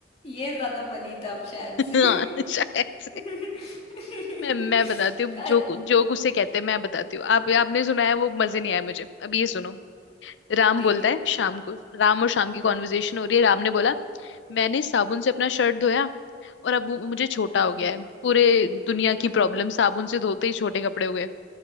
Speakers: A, on the left; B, on the left.
A: ये ज्यादा फनी था अब शायद से
B: हाँ शायद से।
A: <laughs>
B: मैं मैं बताती हूँ जो
A: अच्छ-
B: जोक उसे कहते हैं मैं बताती हूँ आप आपने सुना है वो मजे नहीं आए मुझे अब ये सुनो राम
A: ठीक
B: बोलता
A: है
B: है शाम को राम और शाम की
A: हम्म
B: कॉन्वर्जेशन हो रही है राम ने बोला मैंने साबुन से अपना शर्ट धोया और अब वो मुझे छोटा
A: हम्म
B: हो गया है पूरे दुनिया की
A: हम्म
B: प्रॉब्लम साबुन से धोते ही छोटे कपड़े हो गए